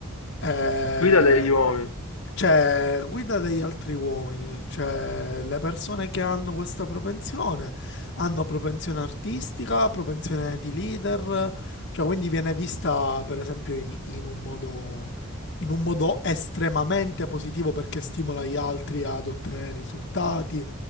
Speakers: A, on the left (about 50°); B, on the left (about 80°).
A: Eh,
B: Guida degli uomini.
A: cioè guida degli altri uomini, cioè le persone che hanno questa propensione hanno propensione artistica, propensione di leader, cioè quindi viene vista per esempio in in un modo, in un modo estremamente positivo perché stimola gli altri ad ottenere risultati.